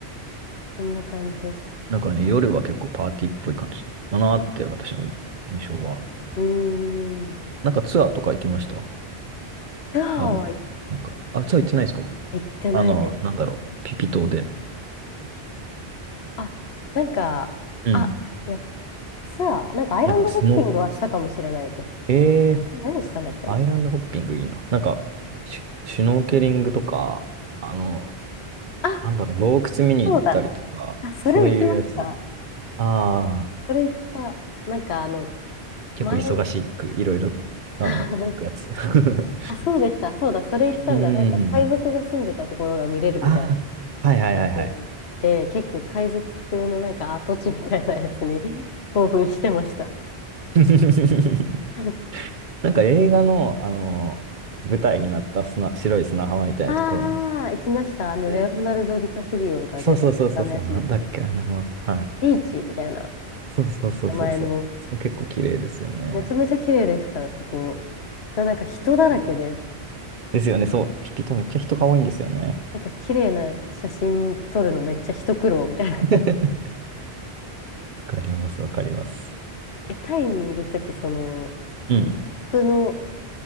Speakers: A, on the left; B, on the right.
A: そんな感じでした。
B: なんかね、夜は結構パーティーっぽい感じだなーって私の印象は。
A: うーん。
B: なんかツアーとか行きました
A: ツアーは行っ
B: あの、なんか、あ、ツアー行ってないですか
A: 行ってないです。
B: あの、なんだろう、ピピ島で。
A: あ、なんか、
B: うん。
A: あ、いや、ツアー、なんかアイランドホッピングはしたかもしれないです。
B: なんかスノー、え
A: あれ何したんだっけな。
B: ー、アイランドホッピングいいな。なんか、シュ、シュノーケリングとか、あの、
A: あ、
B: なんだろう、洞窟見に行ったりとか、
A: そうだ。あ、それ行きました。
B: そういうやつ。ああ、
A: それ行った、なんかあの、
B: 結構忙しく、
A: 前、
B: いろいろ、あの、
A: <laughs>
B: 行くやつ。<laughs>
A: あ、そうでした、そうだ、それ行ったんだ。
B: うん。
A: なんか海賊が住んでたところが見れるみたい
B: ああ、はいはいはいはい。
A: なやつで、結構海賊のなんか跡地みたいなやつに <laughs> 興奮してました。
B: <laughs>
A: <laughs>
B: なんか映画の、あの、舞台になった砂、白い砂浜みたいなところも、
A: ああ、行きました。あの、
B: ね。
A: レオナルド・
B: いけたそうそうそうそうそう、
A: ディカプリオが出た、あのやつですよね。
B: なんだっけ、あの名前はい。
A: ビーチみたいな
B: そうそうそうそうそう。
A: 名前の、
B: そこ結構綺麗ですよね。
A: めちゃめちゃ綺麗でした、そこ。
B: うん。
A: なんか人だらけで、
B: けどですよね、そう。ピピ島めっちゃ人が多いんですよね。
A: なんか綺麗な写真撮るのめっちゃ一苦労みたいな感じで。
B: <laughs>
A: <laughs>
B: わかります、わかります。
A: えタイにいるとき、その、
B: うん。
A: なん普通の